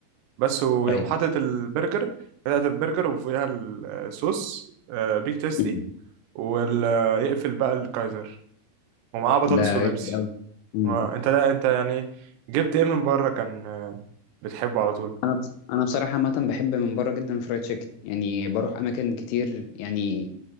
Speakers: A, on the right; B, on the left.
A: بس ويوم
B: ايوه
A: حاطط البرجر بتاعت البرجر وفوقها الصوص آه، بيك تيستي
B: امم
A: ويقفل بقى الكايزر ومعاه بطاطس
B: ده
A: وبيبسي
B: جامد قوي
A: ما- انت لا انت يعني جبت ايه من بره كان آه، بتحبه على طول
B: انا بص... انا بصراحه عامه بحب من بره جدا الفرايد تشيكن يعني بروح اماكن كتير يعني